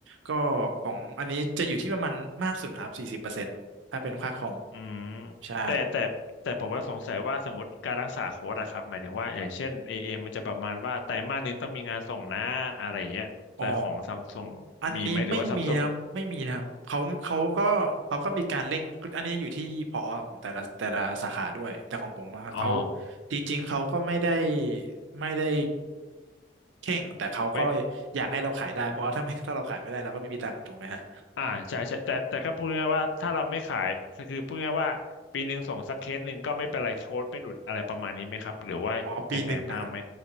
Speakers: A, on the right; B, on the left.
A: ก็ของอันนี้จะอยู่ที่ประมาณมากสุดนะครับสี่สิบเปอร์เซ็นต์ถ้าเป็นค่าคอม
B: อืม
A: ใช่
B: แต่แต่แต่ผมก็สงสัยว่าสมมติการรักษาโค้ดอะครับหมายถึงว่าอย่างเช่นเอเอมันจะประมาณว่าไตรมาสหนึงต้องมีงานส่งนะอะไรอย่างเงี้ยแต่ของซัมซุงมีไหมหรือว่าซัมซุง
A: อ๋ออันนี้ไม่มีนะครับไม่มีนะครับเขาเขาก็เขาก็มีการเร่งอันนี้อยู่ที่ผอของแต่ละแต่ละสาขาด้วยแต่ของผมนะครับเขา
B: อ๋อ
A: จริงๆเขาก็ไม่ได้ไม่ได้เข่งแต่เขาก็
B: ไม่
A: อยากให้เราขายได้เพราะว่าถ้าไม่ถ้าเราขายไม่ได้เราก็ไม่มีตังค์ถูกไหมฮะ
B: อ่าใช่ใช่แต่แต่ก็พูดง่ายๆว่าถ้าเราไม่ขายก็คือพูดง่ายๆว่าปีหนึ่งส่งสักเคสหนึ่งก็ไม่เป็นไรโค้ดไม่หลุดอะไรประมาณนี้ไหมครับหรือว่ายังไงบ้างไหม
A: อ๋อปีหนึ่งนะครับ